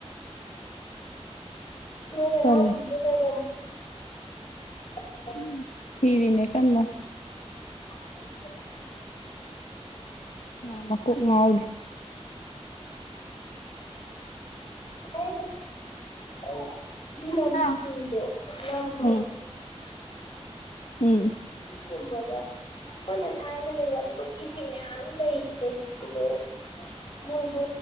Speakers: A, on the left; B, on the left.
A: ꯅꫭꯏ ꯅꯅꯥꯎꯄꯤꯒꯤ
B: ꯇꯜꯂꯤ
A: ꯂꯩꯕꯝ <unintelligible>
B: ꯎꯝ ꯊꯤꯔꯤꯅꯦ ꯀꯟꯅ
A: <unintelligible>
B: ꯃꯥ ꯃꯀꫭꯛ ꯉꯥꯎꯔꯤ
A: <unintelligible> <unintelligible>
B: ꯍꯥ
A: ꯆꯤꯡꯗꯣ ꯂꯝ
B: ꯎꯝ
A: ꯑꯁꯤ
B: ꯎꯝ
A: ꯑꯗꯨꯒꯨꯝꯕꯗ ꯑꯩꯈꯣꯏꯅ ꯊꯥꯏꯅ ꯂꯩꯔꯝꯕꯒꯤꯗꯤ ꯃꯌꯥꯝ ꯂꯩꯌꯦ <unintelligible> ꯍꯣꯏꯗ